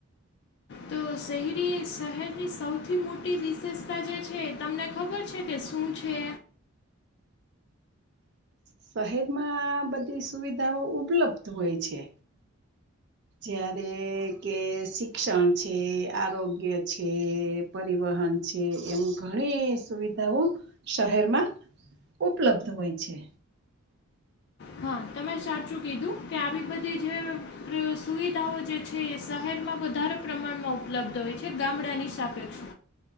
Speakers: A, on the left; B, on the right.
A: તો શહેરી શહેરની સૌથી મોટી વિશેષતા જે છે તમને ખબર છે કે શું છે
B: શહેરમા આ બધી સુવિધાઓ ઉપલબ્ધ હોય છે જ્યારે કે શિક્ષણ છે આરોગ્ય છે પરિવહન છે એમ ઘણી સુવિધાઓ શહેરમા ઉપલબ્ધ હોય છે
A: હા તમે સાચું કીધું કે આવી બધી જે સુવિધાઓ જે છે, શહેરમાં વધારે પ્રમાણમાં ઉપલબ્ધ હોય છે ગામડાની સાપેક્ષ